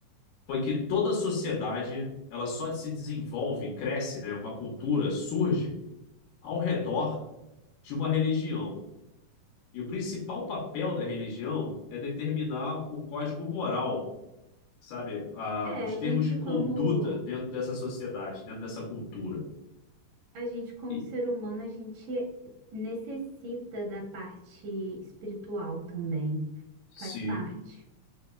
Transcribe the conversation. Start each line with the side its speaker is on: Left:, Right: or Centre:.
Left: foi que toda sociedade, ela só se desenvolve, cresce, né? Uma cultura surge ao redor de uma religião. E o principal papel da religião é determinar o código moral, sabe? Ah,
Right: É,
Left: os
Right: a
Left: termos
Right: gente
Left: de conduta
Right: como
Left: dentro dessa sociedade, dentro dessa cultura.
Right: a gente como
Left: E,
Right: ser humano, a gente necessita da parte espiritual também.
Left: sim.
Right: Faz parte.